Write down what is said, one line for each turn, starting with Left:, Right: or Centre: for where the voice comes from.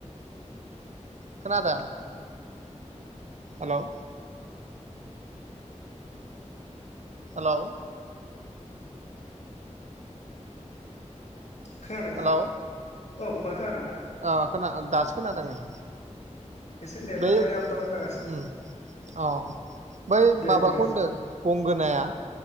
Right: खोनादों? हेल' हेलौ
Left: खोनादोंना?
Right: हेलौ
Left: औ फंबाय खोनादोंना
Right: ओ खोना दासो खोनादों नै
Left: एसे ओ ओ नेटनो
Right: बै
Left: आपडाउन जागासिनो
Right: उम औ बै
Left: दे
Right: माबाखौ
Left: बुंनाय
Right: होनदों गंगोनाया